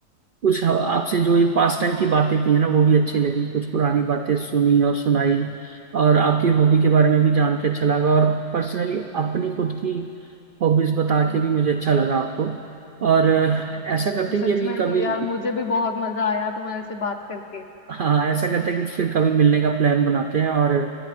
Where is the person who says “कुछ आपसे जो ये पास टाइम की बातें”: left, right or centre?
Right